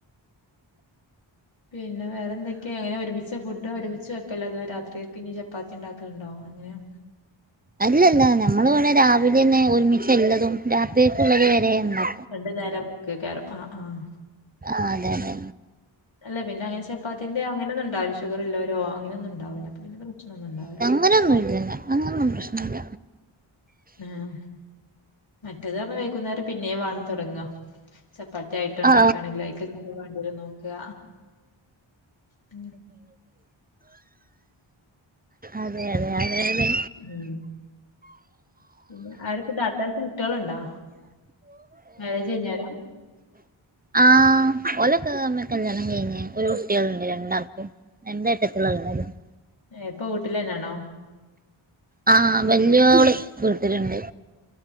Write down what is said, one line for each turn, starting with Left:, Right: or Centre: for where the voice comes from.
Left: പിന്നെ വേറെ ന്തെക്കെ എങ്ങനെ ഒരുമിച്ചാ ഫുഡ് ഒരുമിച്ച് വക്കലാ അതോ രാത്രി പിന്നിം ചപ്പാത്തി ണ്ടാക്കല്ണ്ടോ എങ്ങനെയാ
Right: അല്ലല്ല നമ്മള് വെടെ രാവിലെ ന്നെ ഒരുമിച്ചല്ലതും രാത്രിയക്ള്ളത് വരെ ണ്ടാ
Left: രണ്ട് നേരം ക്കെക്കാരം ആഹ് ആഹ്
Right: ആ അതെ അതെ
Left: അല്ല പിന്നെ എങ്ങ്നെച്ച പ്പ അതിന്റെ അങ്ങനൊന്ന് ണ്ടാവില്ല ഷുഗറ് ല്ലോരോ അങ്ങനൊന്നുംണ്ടാവുലാ അപ്പ പിന്ന പ്രശനൊന്നും ണ്ടാവുല്ല
Right: അങ്ങനെന്നും ഇല്ലല്ല അങ്ങനൊന്നും പ്രശ്നല്ല
Left: ആഹ് മറ്റേത് റ്ഞ വെക്കുന്നേരം പിന്നേം വാണം തൊട്ങ്ങാ ചപ്പാത്തി ആയിട്ട് ണ്ടാക്കാണെങ്കിലയ്ക്
Right: ആ
Left: അതും വാണ്ടിയെരുംനോക്ക്അ <unintelligible>
Right: അതെ അതെ അതെ അതെ
Left: ഉം പിന്നെ അവര്ക്ക് ത്താത്താര്ക്ക് കുട്ടികള്ണ്ടോ മേരേജ് കഴിഞ്ഞോരാ
Right: ആഹ് ഓലൊക്കെ കല്യാണം കഴിഞ് ഒര് കുട്ടിയാള്ണ്ട് രണ്ടാൾക്കും രണ്ടേട്ടത്തിയാളാ <unintelligible>
Left: ഏഹ് പ്പ വീട്ടിലെന്നെയാണോ
Right: ആഹ് വെല്ല്യോള് വീട്ട്ല്ണ്ട്